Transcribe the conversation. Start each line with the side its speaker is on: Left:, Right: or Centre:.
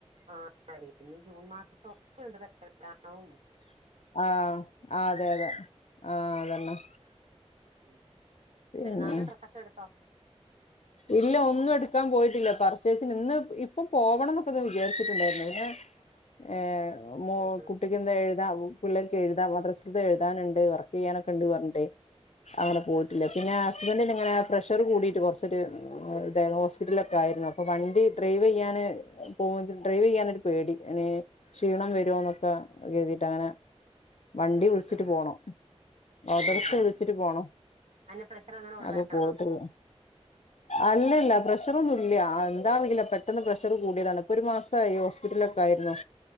Right: ആഹ് പിന്നെ ജൂൺ മാസം ഒക്കെ ഉണ്ട് <unintelligible>
Left: ആ അതെ അതെ ആ അതന്നെ
Right: ഉ
Left: പിന്നെ
Right: പെരുന്നാളിന് ഡ്രസ്സൊക്കെ എടുത്തോ
Left: ഇല്ല ഒന്നും എടുക്കാൻ പോയിട്ടില്ല പർച്ചേസിന് ഇന്ന് ഇപ്പം പോവണം എന്നൊക്കെ ഒന്ന് വിചാരിച്ചിട്ടുണ്ടായിരുന്നു പിന്നെ ഏ മോ
Right: ആഹ്
Left: കുട്ടിക്കിന്ന് എ ഇതാവും പിള്ളേർക്ക് എഴുതാ മദ്രസത്തിലെ എഴുതാനുണ്ട് വർക്ക് ചെയ്യാനൊക്കെ ഉണ്ട് പറഞ്ഞിട്ട് അങ്ങനെ പോയിട്ടില്ല
Right: ആഹ് ആഹ്
Left: പിന്നെ
Right: ആഹ്
Left: ഹസ്ബൻഡിന് ഇങ്ങനെ പ്രഷർ കൂടിയിട്ട് കുറച്ച് ഇച്ചിരി ഇദ്ദേഹം ഹോസ്പിറ്റലൊക്കെ ആയിരുന്നു അപ്പൊ വണ്ടി ഡ്രൈവ് ചെയ്യാന് പോ ഡ്രൈവ് ചെയ്യ പേടി അതിന് ക്ഷീണം വരുവോന്നൊക്കെ കരുതിട്ട് അങ്ങനെ വണ്ടി വിളിച്ചിട്ട്
Right: ആഹ് ആഹ്
Left: പോണം ഓട്ടോറിക്ഷ
Right: ആഹ് ആഹ്
Left: വിളിച്ചിട്ട്
Right: ആഹ്
Left: പോണം
Right: അതിന്റെ പ്രഷർ അങ്ങനെ ഉള്ളതാണോ
Left: അപ്പൊ പോയിട്ടൊള്ളു
Right: <unintelligible>
Left: അല്ലല്ല പ്രഷറൊന്നും ഇല്ല എന്താണെറിയില്ല പെട്ടെന്ന് പ്രഷർ കൂടിയതാണ് ഇപ്പൊ ഒരു മാസമായി ഹോസ്പിറ്റലൊക്കെ ആയി രുന്നു